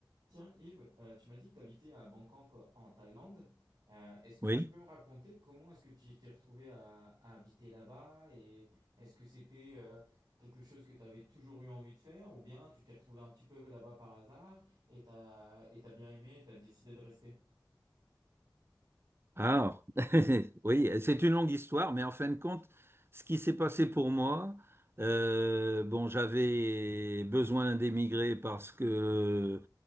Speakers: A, on the right; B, on the right.
A: Tiens, Yves, euh, tu m'as dit que tu habitais à Bangkok euh, en Thaïlande. Euh, est-ce que
B: Oui.
A: tu peux me raconter comment est-ce que tu t'es retrouvé à, à habiter là-bas et est-ce que c'était euh, quelque chose que tu avais toujours eu envie de faire ou bien tu t'es retrouvé un petit peu là-bas par hasard et t'as, et t'as bien aimé et t'as décidé de rester?
B: Ah, <laughs> oui, euh, c'est une longue histoire, mais en fin de compte, ce qui s'est passé pour moi, euh, bon, j'avais besoin d'émigrer parce que